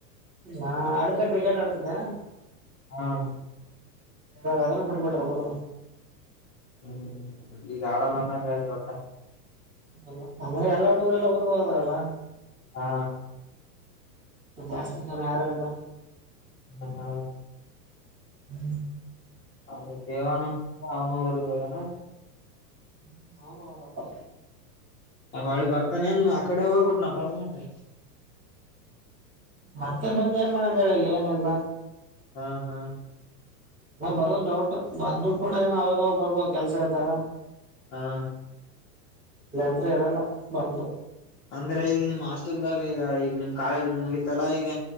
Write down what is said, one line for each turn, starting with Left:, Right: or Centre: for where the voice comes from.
Right: ನಾ ಆಡದ್ರ ಕ್ರಿಕೆಟ್ ಆಡ್ತಿದ್ದ.
Left: ಹಾ ರಿ
Right: ಇವಾಗ ಅದನ್ ಬಿಟ್ಟ್ ಬಿಟ್ರ ಹುಡುಗೂರು.
Left: ಹ್ಮ್ ಈಗ ಆಡಲ್ಲ ಅಂದಂಗ ಆಯ್ತ ಒಟ್ಟ.
Right: ಅಲ್ಲ ಅಂದ್ರೆ ಎಲ್ಲಾ ಹುಡುಗುರೆಲ್ಲಾ ಊರ್ಗ ಹೋದ್ರಲ್ಲ.
Left: ಹಾ
Right: ಜಾಸ್ತಿ ಜನ ಯಾರು ಇಲ್ಲ.
Left: ಹ್ಮ ಹ
Right: ಹ್ಮ
Left: ಅವ ದೇವಾನಂದ ಇದ್ದ ಅವನು ಊರ್ಗ ಹೋಗ್ಯಾನ.
Right: ಹ್ಮ್ ಅವ್ನು ಹೊದಪ್ಪ.
Left: ಹೊಳ್ಳ ಬರ್ತಾನೇನ್ ಆಕಡೆ ಹೋಗ್ಬಿಟ್ನ ಪರ್ಮನೆಂಟ್.
Right: ಮತ್ತೆ ಬಂದ ಏನ್ ಮಾಡಂದ ಹೇಳಲ್ಲಿ ಏನಿಲ್ಲ.
Left: ಹಾ ಹಾ
Right: ಅ <unintelligible> ಬರೋದ ಡೌಟು ಬಂದುರ ಕೂಡ ಏನ ಅವಾಗವಾಗ ಬರ್ಬೋದ ಕೆಲ್ಸ ಇದ್ದಾಗ.
Left: ಹಾ
Right: ಇಲ್ಲಂತ್ರು ಇರಲ್ಲ ಬಂದ್ರು.
Left: ಅಂದ್ರೆ ಈಗ ನಿಮ್ ಹಾಸ್ಟೆಲ್ದಾಗ ಈಗ ಈಗ ನಿಮ್ ಕಾಲೇಜ್ ಮುಗಿತಲ್ಲಾ ಈಗ